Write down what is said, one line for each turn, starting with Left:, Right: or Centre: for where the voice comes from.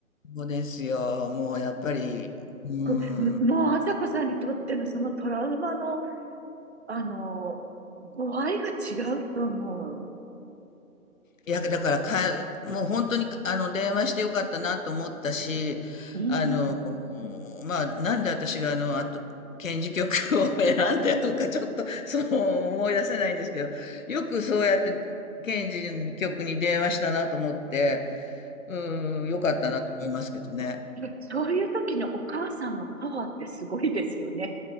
Left: う。そうですよ。もうやっぱり、うん。
Right: これもう、あさこさんにとってのそのトラウマの、あの、度合いが違うと思う。
Left: いや、だからか、もう本当に、あの、電話してよかったなと思ったし、
Right: うん。
Left: あの、
Right: うん
Left: まあ、なんで私があの、あと、検事局を <laughs> 選んだとか、ちょっと、そう思い出せないんですけど、よくそうやって、検事局に電話したなと思って、うん、よかったなと思いますけどね。
Right: でそういう時のお母さんのパワーってすごいですよね。